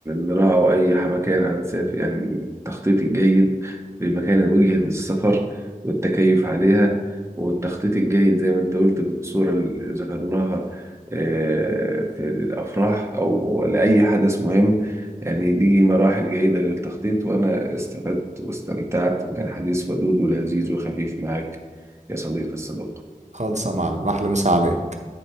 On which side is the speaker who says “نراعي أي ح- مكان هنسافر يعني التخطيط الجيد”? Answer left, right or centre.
Right